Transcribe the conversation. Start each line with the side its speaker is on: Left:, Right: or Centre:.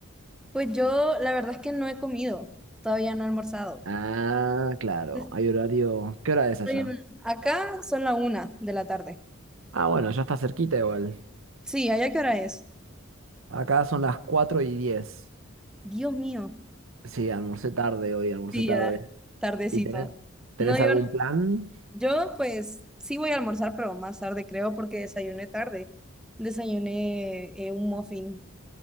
Centre: Pues yo la verdad es que no he comido, todavía no he almorzado.
Right: Ah, claro,
Centre: Estoy
Right: hay horario. ¿Qué hora es allá?
Centre: en- Acá son la una de la tarde.
Right: Ah, bueno, ya está cerquita igual.
Centre: Sí, ¿allá qué hora es?
Right: Acá son las cuatro y diez
Centre: Dios mío.
Right: Sí, almorcé tarde hoy, almorcé
Centre: Sí,
Right: tarde.
Centre: ya, tardecito.
Right: ¿Y tenés, tenés
Centre: No, yo
Right: algún
Centre: no
Right: plan?
Centre: Yo pues sí voy a almorzar, pero más tarde creo porque desayuné tarde. Desayuné eh, un muffin.